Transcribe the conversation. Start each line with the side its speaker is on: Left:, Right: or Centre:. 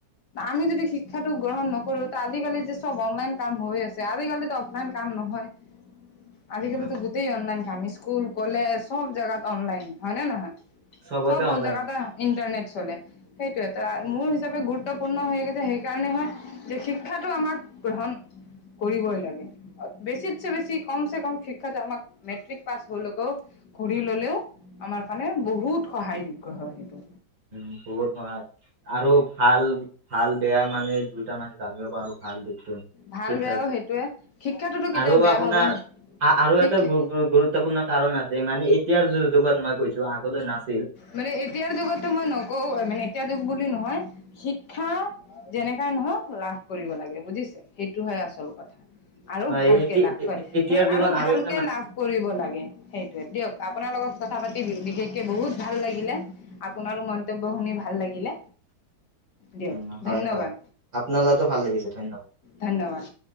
Left: আমি যদি শিক্ষাটো গ্ৰহণ নকৰো ত আজিকালি টো চব অনলাইন কাম হৈ আছে, আজিকালিতো অফলাইন কাম কাম নহয়। আজিকালিটো
Right: উম,
Left: গোটেই অনলাইন কাম স্কুল কলেজ চব জাগাত অনলাইন হয় নে নহয়?
Right: চবতে
Left: চব ব
Right: অনলাইন
Left: জোগাতে ইণ্টাৰনেট চলে। সেইটোয়েত মোৰ হিচাপে গুৰুত্বপূৰ্ণ হয়গৈছে সেইকাৰণে হয় যে শিক্ষাটো আমাক গ্ৰহণ কৰিবই লাগে, বেছি বেচিছে বেছি কমছে কম শিক্ষা যে আমাক মেট্ৰিক পাছ হলেকও ঘূৰি ললেও আমাৰ কানে বহুত সহায় যোগ্য হয় সেইটো।
Right: উ বহুত সহায় আৰু ভাল ভাল বেয়া মানে দুইটা মান জানিব পাৰো? ভাল দিশটো
Left: ভাল
Right: শিক্ষা
Left: বেয়াও সেইটোয়ে শিক্ষাটো কেতিয়াও
Right: আৰু
Left: বেয়া
Right: আপোনাৰ
Left: হব
Right: আৰু
Left: শিক্ষা
Right: এটা গুৰুত্বপূৰ্ণ কাৰণ আছে মানে এতিয়াৰ যুগত মই কৈছো আগলৈ নাচ
Left: মানে এতিয়াৰ যুগতো মই নকওঁ মানে এতিয়াাৰ যুগ বুলি নহয় শিক্ষা যেনেকাই নহওক লাভ কৰিব লাগে বুজিছে সেইটো হয় আচল কথা। আৰু
Right: হয়
Left: ভালকে
Right: এতি-
Left: লাভ
Right: এ-
Left: কয়
Right: এ- এতিয়াৰ
Left: সেই
Right: যুগত
Left: আৰু ভালকে
Right: এটা মান
Left: লাভ কৰিব লাগে সেইটোয়ে দিয়ক আপোনাৰ লগত কথা পাতি বিশেষকে বহুত ভাল লাগিলে আপোনাৰো মন্তব্য শুনি ভাল লাগিলে। দিয়ক
Right: উম হয়
Left: ধন্যবাদ
Right: হয় আপোনাৰ লগতো ভাল লাগিছে ধন্যবাদ।
Left: ধন্যবাদ।